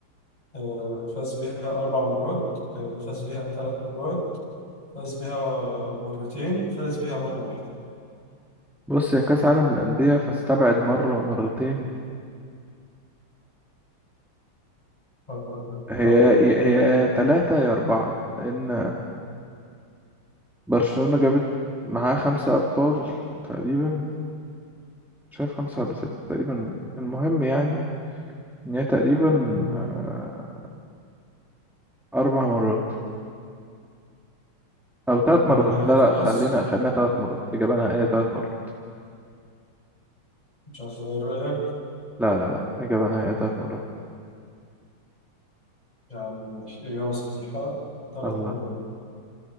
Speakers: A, on the left (about 15°); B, in the centre.
A: آه، فاز بيها أربع مرات آه، فاز بيها ثلاث مرات فاز بيها مرتين فاز بيها مرة واحدة
B: بص يا كأس عالم الأندية فاستبعد مرة ومرتين
A: خلاص، طب
B: هي
A: براحتك بقى أنا
B: هي تلاتة يا أربعة لأن برشلونة جابت معاها خمسة أبطال تقريبا شايف خمسة ولا ستة تقريبا المهم يعني إن هي تقريبا
A: أنا-
B: آه، أربع مرات أو
A: آه،
B: ثلاث
A: إجابة
B: مرات
A: نهائية
B: لا
A: خلاص
B: لا خلينا خلينا ثلاث مرات إجابة نهائية ثلاث مرات
A: مش عايز تغير رأيك
B: لا لا لا إجابة نهائية تلات مرات
A: يا عم ماشي إجابة صحيحة ثلاث
B: الله
A: مرات